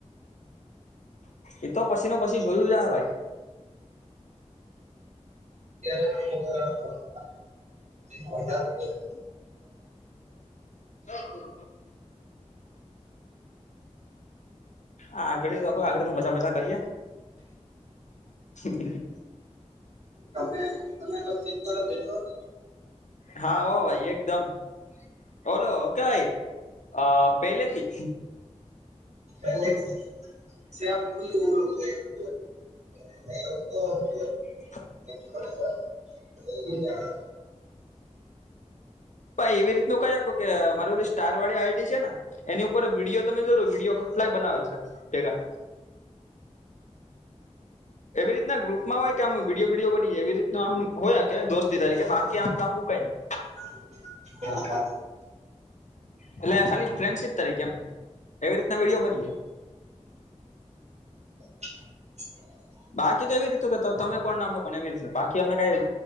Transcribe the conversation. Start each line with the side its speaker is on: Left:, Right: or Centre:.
Left: એ તો પછી નુ પછી જોયું જા હે ભાઈ
Right: <inaudible> હા વધાર <unintelligible>
Left: બલકુલ હા આગળ તો લોકો આગળ તો મજા મજા કરીયે <inaudible>
Right: તમે તમે તો સિંગલ રેશો ને
Left: હા હો ભાઈ એકદમ બોલો કે હા પેલેથી
Right: <unintelligible>
Left: <inaudible>
Right: <inaudible> શુ યાર
Left: ભાઈ એવી રીતનું કયુ તું કે મારી સ્ટાર વાળી આઈડી છે ને એની ઉપર વિડીયો તમે જો જો વિડીયો કેટલાય બનાવે છે ભેગા એવી રીતના ગ્રુપમાં હોય કે આમ વિડીયો વિડીયો બનીએ એવી રીતનું આમ હોય કે દોસ્તી તરીકે બાકી આમ લાંબુ કઈ નહી.
Right: <unintelligible>
Left: એટલે ખાલી ફ્રેન્ડશીપ તરીકે એમ એવી રીતના વિડીયો બની જાય.
Right: <inaudible>
Left: બાકી તો એવી રીતું કેતો તમે કોણ ને અમે કોણ કોને એવી રેશે બાકી અમે કાઈ